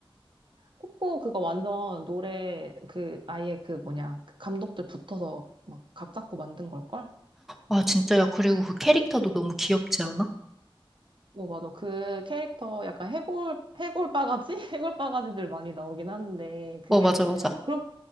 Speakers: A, on the right (about 60°); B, in the centre.
A: 코코 그거 완전 노래 그 아예 그 뭐냐 그 감독들 붙어서 막 각 잡고 만든 걸걸?
B: 아, 진짜, 야, 그리고 그 캐릭터도 너무 귀엽지 않아?
A: 어, 맞아. 그 캐릭터 약간 해골, 해골 바가지? <laughs> 해골 바가지들 많이 나오긴 하는데, 그게,
B: 어, 맞아, 맞아.
A: 그렇,